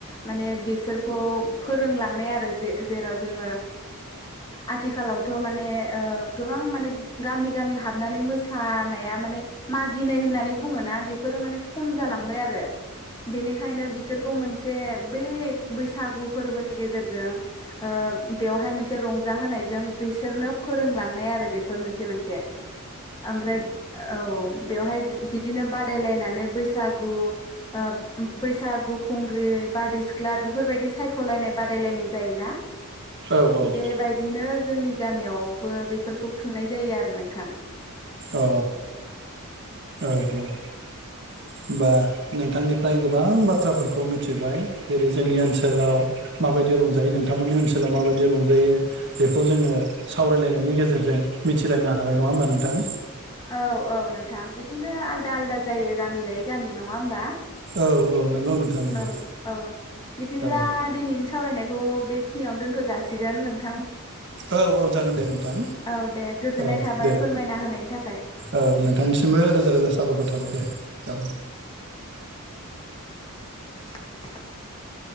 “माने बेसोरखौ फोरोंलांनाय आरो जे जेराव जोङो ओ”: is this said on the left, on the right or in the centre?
Left